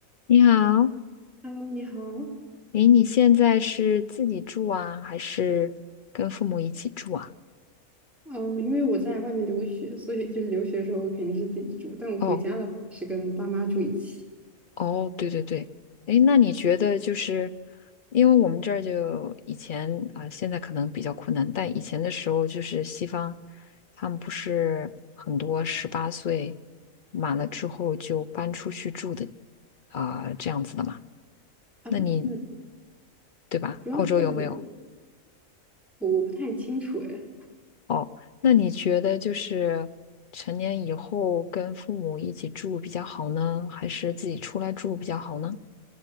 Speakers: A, on the left (about 45°); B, in the centre.
A: 你好，
B: Hello，你好。
A: 诶，你现在是自己住啊，还是跟父母一起住啊？
B: 嗯，因为我在外面留学，所以就是留学的时候我肯定是自己住，但我回家的话是跟爸妈住一起。
A: 哦，哦，对对对，诶，那你觉得就是，因为我们这儿就以前啊、呃现在可能比较困难，但以前的时候就是西方，他们不是很多十八岁满了之后就搬出去住的啊、这样子的嘛？
B: 啊，
A: 那你
B: 嗯
A: 对吧？
B: 主要是
A: 澳洲有没有？
B: 我我不太清楚哎，
A: 哦，那你觉得就是成年以后跟父母一起住比较好呢，还是自己出来住比较好呢？